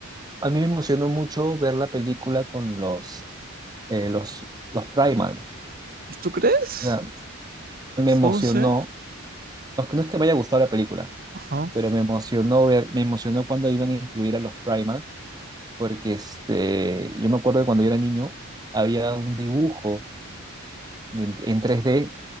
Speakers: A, on the right; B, on the right.
A: a mí me emocionó mucho ver la película con los, eh, los, los Primal.
B: ¿Tú crees?
A: O sea, me emocionó.
B: No sé.
A: No, no es que me haya gustado la película,
B: Ajá,
A: pero me emocionó ver, me emocionó cuando iban a incluir a los Primal, porque este, yo me acuerdo que cuando yo era niño había un dibujo de- en tres d